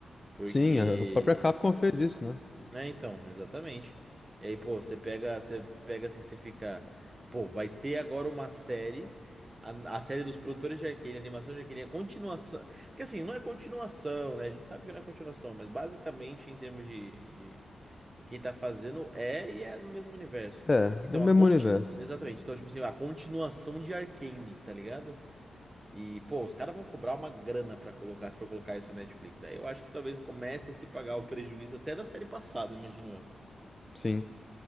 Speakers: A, on the right (about 20°); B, on the left (about 20°).
A: Porque
B: sim, a própria Capcom fez isso, né?
A: é, então, exatamente. E aí, pô, você pega, você pega assim, você fica, pô, vai ter agora uma série, a, a série dos produtores de Arcane, a animação de Arcane, a continuação. Porque assim, não é continuação, né? A gente sabe que não é continuação, mas basicamente, em termos de, de, de quem tá fazendo, é e é no mesmo universo.
B: É,
A: Então,
B: é o mesmo
A: a conti...
B: universo.
A: Exatamente. Então, tipo assim, a continuação de Arcane, tá ligado? E, pô, os caras vão cobrar uma grana pra colocar, se for colocar isso na Netflix. Aí eu acho que talvez comece a se pagar o prejuízo até da série passada, imagino eu.
B: Sim.